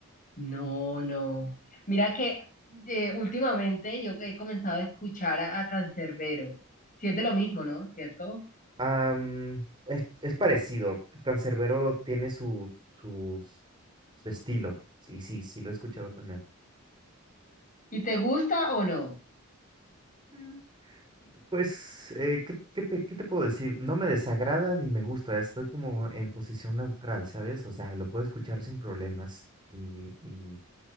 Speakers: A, on the left; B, on the right.
A: No, no. Mira que eh, últimamente yo he comenzado a escuchar a, a Canserbero. Si es de lo mismo, ¿no? ¿Cierto?
B: Am, es, es parecido, Cancerbero tiene su, su, su estilo, sí, sí, sí lo he escuchado también.
A: ¿Y te gusta o no?
B: Ujú. Pues, eh, ¿qué, qué te, qué te puedo decir? No me desagrada ni me gusta, estoy como en posición neutral, ¿sabes? O sea, lo puedo escuchar sin problemas y, y,